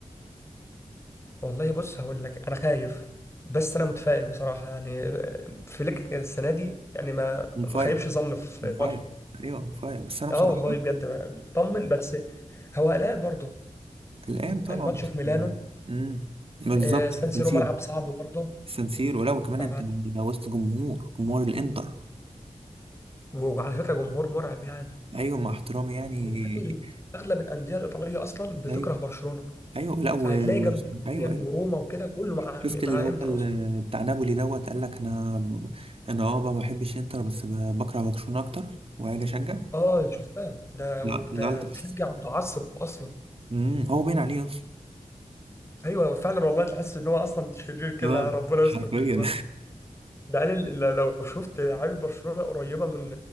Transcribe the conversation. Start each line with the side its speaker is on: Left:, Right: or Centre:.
Left: والله بص هقول لك انا خايف بس انا متفائل بصراحه يعني آه، فليك السنه دي يعني ما
Right: اون
Left: ما
Right: فاير
Left: خيبش ظن في
Right: اون فاير
Left: ماتش
Right: ايوه اون فاير بس انا
Left: اه
Right: بصراحة
Left: والله بجد طمن بس هو قلقان برضه
Right: الآن طبعا
Left: الماتش في ميلانو
Right: امم بالظبط
Left: آه، سان
Right: السنسيرو
Left: سيرو ملعب صعب برضه
Right: السنسيرو ولو كمان
Left: ف
Right: انت لو وسط جمهور جمهور الانتر
Left: وعلى فكره جمهور مرعب يعني
Right: ايوه مع احترامي يعني
Left: وبالتالي اغلب الانديه الايطاليه اصلا بتكره
Right: ايوه
Left: برشلونه
Right: ايوه لا و...
Left: فهتلاقي
Right: و...
Left: جنب
Right: ايوه
Left: ميلان
Right: ايوه
Left: وروما وكده كله مع
Right: شفت
Left: مع
Right: اللي هو
Left: انتر
Right: ال-
Left: اصلا
Right: بتاع نابولي دوت قال لك انا انا اه ما بحبش انتر بس ب- بكره برشلونة اكتر وهاجي اشجع
Left: اه شفتها ده
Right: لا
Left: ده
Right: لا بس
Left: مشجع متعصب اصلا
Right: امم هو باين عليه اصلا
Left: ايوه فعلا والله تحس ان هو اصلا شرير كده
Right: اه
Left: ربنا
Right: حرفيا
Left: يستر منه
Right: <laughs>
Left: بقى. ده قال ال- لو شفت عامل برشلونه قريبه من